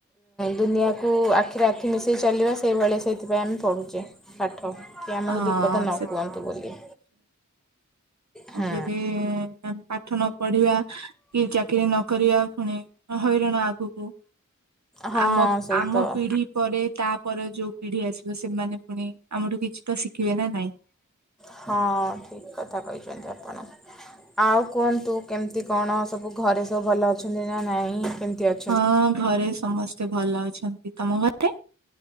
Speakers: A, in the centre; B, on the right (about 65°).
A: ଦୁନିଆକୁ ଆଖିରେ ଆଖି ମିଶେଇ ଚାଲିବା ସେଇଭଳିଆ ସେଇଥିପାଇଁ ଆମେ ପଢୁଛେ ପାଠ କି ଆମକୁ
B: ହଁ
A: ବିପଦ ନ
B: ସେ
A: କୁହନ୍ତୁ ବୋଲି ହଁ
B: ଯଦିମେ ପାଠ ନ ପଢିବା କି ଚାକିରି ନ କରିବା ପୁଣି ହଇରାଣ ଆଗକୁ
A: ହଁ
B: ଆମ
A: ସେଇ
B: ଆମ
A: ତ।
B: ପିଢି ପରେ ତାପରେ ଯୋଉ ପିଢି ଆସିବ ସେମାନେ ପୁଣି ଆମଠୁ କିଛି ତ ଶିଖିବେ ନା ନାଇଁ
A: ହଁ ଠିକ କଥା କହିଛନ୍ତି ଆପଣ ଆଉ କୁହନ୍ତୁ କେମତି କଣ ସବୁ ଘରେ ସବୁ ଭଲ ଅଛନ୍ତି ନା ନାଇଁ କେମିତି ଅଛି
B: ହଁ ଘରେ ସମସ୍ତେ ଭଲ ଅଛନ୍ତି ତମ ଘରେେ